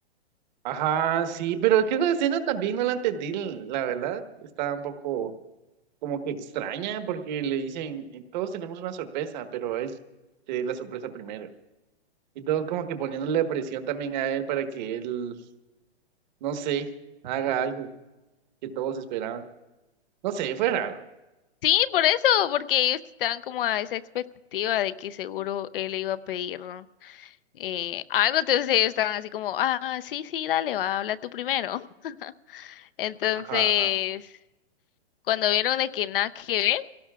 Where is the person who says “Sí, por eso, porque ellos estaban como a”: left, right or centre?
Left